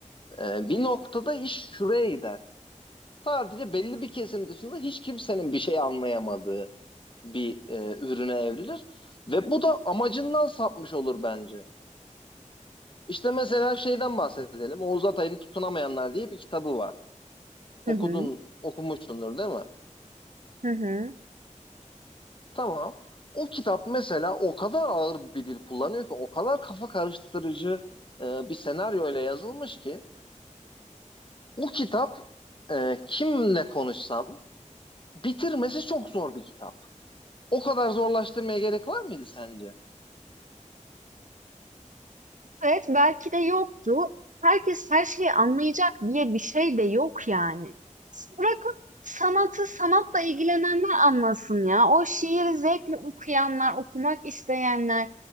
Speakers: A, on the left (about 40°); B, on the right (about 75°).
A: E, bir noktada iş şuraya gider. Sadece belli bir kesim dışında hiç kimsenin bir şey anlayamadığı bir e, ürüne evrilir ve bu da amacından sapmış olur bence. İşte mesela şeyden bahsedelim. Oğuz Atay'ın Tutunamayanlar diye bir kitabı var.
B: Hı
A: Okudun,
B: hı,
A: okumuşsundur değil mi?
B: hı hı.
A: Tamam. O kitap mesela o kadar ağır bir dil kullanıyor ki, o kadar kafa karıştırıcı e, bir senaryo ile yazılmış ki, bu kitap e, kimle konuşsam bitirmesi çok zor bir kitap. O kadar zorlaştırmaya gerek var mıydı sence?
B: Evet, belki de yoktu. Herkes her şeyi anlayacak diye bir şey de yok yani. Bırakın sanatı sanatla ilgilenenler anlasın ya. O şiiri zevkle okuyanlar, okumak isteyenler,